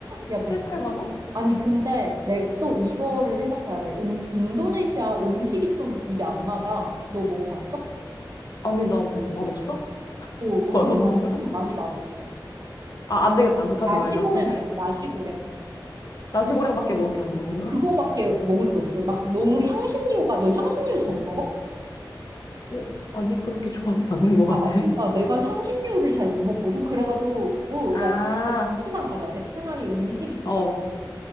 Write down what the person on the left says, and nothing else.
7, 8만 원?
아니, 나 뭐, 맛없어?
<laughs>
맛없는
거야?
아, 안 되겠다. 그럼 가지
말자. 그럼 <laughs>
나시고랭밖에 먹을 게 없는 건가?
어, 아니, 그렇게 좋아하는 않는 것 같아.
아,
<laughs>
어,